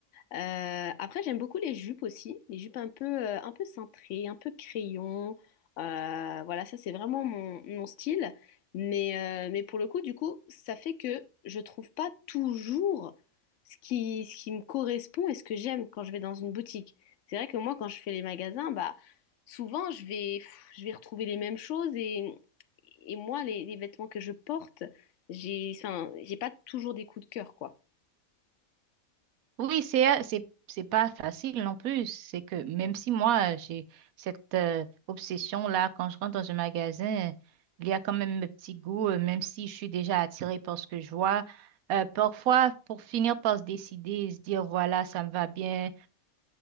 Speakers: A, on the left; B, on the right.
A: Euh, après, j'aime beaucoup les jupes aussi, les jupes un peu, euh, un peu cintrées, un peu crayon. Euh, voilà, ça c'est vraiment mon, mon style. Mais, euh, mais pour le coup, du coup, ça fait que je trouve pas toujours ce qui, ce qui me correspond et ce que j'aime quand je vais dans une boutique. C'est vrai que moi, quand je fais les magasins, bah, souvent je vais, pff, je vais retrouver les mêmes choses et, et moi, les, les vêtements que je porte, j'ai, enfin, j'ai pas toujours des coups de cœur, quoi.
B: Oui, c'est, c'est, c'est pas facile non plus. C'est que même si moi, j'ai cette euh, obsession-là, quand je rentre dans un magasin, il y a quand même mes petits goûts, euh, même si je suis déjà attirée par ce que je vois. Euh, parfois, pour finir par se décider, se dire, voilà, ça me va bien.